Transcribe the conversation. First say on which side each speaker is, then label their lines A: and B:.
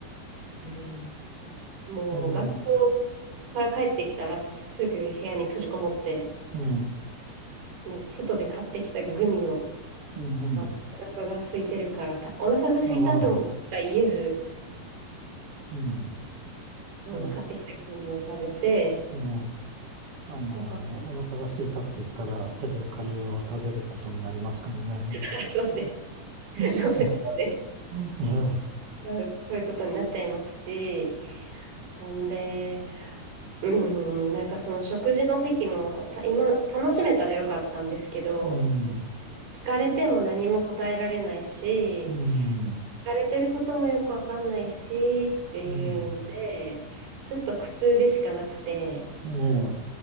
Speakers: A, on the right (about 80°); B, on the right (about 40°).
A: うんもう学校から帰ってきたらすぐ部屋に閉じこもって、
B: えー、ええ
A: なんか外で買ってきたグミを、
B: うん、うん。
A: まあ、お腹が空いてるからた、お腹が空いたとも言えず、
B: ああ、うん。
A: うん、
B: おな、
A: 買ってきたグミを食べて、
B: ええあのお腹が空いたって言ったら手でカレーを食べることになりますからね。
A: ご飯、<laughs> そうです。
B: <laughs> え
A: そうです。そうです
B: え
A: うんそういうことになっちゃいますし、ほんで、うん、なんかその食事の席もた今楽しめたらよかったんですけど、
B: うん、
A: その聞かれても何も答えられないし、
B: うん、
A: 疲れてることもよくわかんないしっていうんで、
B: うん。
A: ちょっと苦痛でしかなくて、
B: ええ。